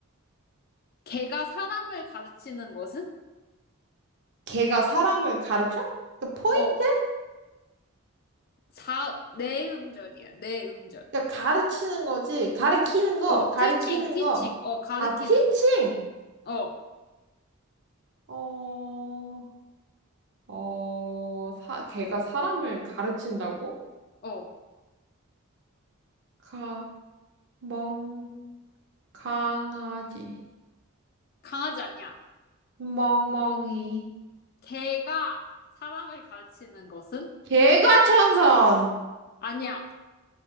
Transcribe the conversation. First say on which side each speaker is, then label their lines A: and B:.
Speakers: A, on the left; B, on the right.
A: 걔가 사람을 가르치는 것은?
B: 걔가 사람을 가르쳐? 그 포인트?
A: 어, 사 네 음절이야. 네 음절.
B: 그러니까 가르치는 거지. 가르키는 거,
A: 어,
B: 가르키는
A: teaching, teaching.
B: 거.
A: 어, 가르치는
B: 아, teaching.
A: 거. 어,
B: 어, 어, 사, 걔가 사람을 가르친다고?
A: 어.
B: 가, 멍, 강아지,
A: 강아지 아니야.
B: 멍멍이.
A: 걔가 사람을 가르치는 것은?
B: 개가 천선.
A: 아니야.